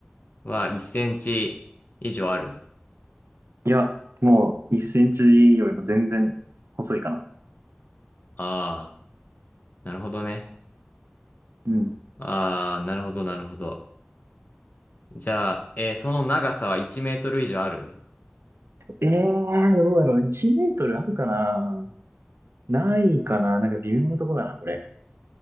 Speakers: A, on the left (about 50°); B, on the right (about 85°).
A: は、1センチ以上ある
B: いや、もう1センチよりも全然細いかな。
A: ああー、なるほどね。
B: うん。
A: ああ、なるほど、なるほど。じゃあ、えーその長さは1メートル以上ある
B: ええー、どうだろう。1メートルあるかなないかななんか微妙なとこだな、これ。